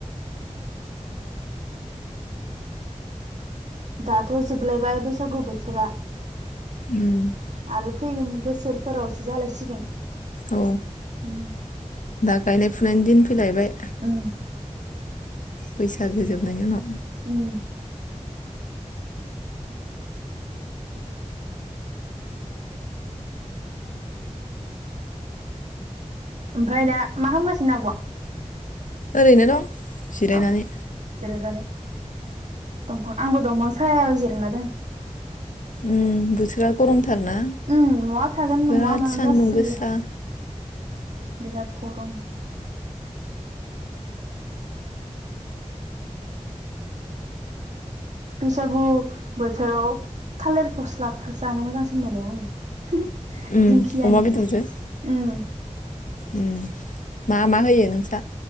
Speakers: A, on the right (about 65°); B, on the left (about 80°).
A: दाथ जोबलायबाय बैसागु बोथोरा।
B: उम
A: आरो फैगोन बोसोरफोरावसो जालायसिगोन
B: औ
A: उम
B: दा गायनाय फुनायनि दिन फैलायबाय
A: उम
B: बैसागो जोबनायनि उनाव
A: उम ओमफ्राय दा मा खालामगासिनो आबआ?
B: ओरैनो दं। जिरायनानै
A: अ जिरायनानै। दंफां आंबो दंफां सायायाव जिरायना दों।
B: उम बोथोरा गरमथारना
A: उम महा थागोन
B: बिराद
A: महा मागोन
B: सान्दुं
A: जासोयो
B: गोसा।
A: बिराद गरम बैसागु बोथोराव थालिर फस्लाखौ जानो मोजांसिन मोनो आङो।
B: उम
A: दिंखियानिख्रुइ
B: अमा बेदरजों
A: उम।
B: उम मा मा होयो नोंस्रा?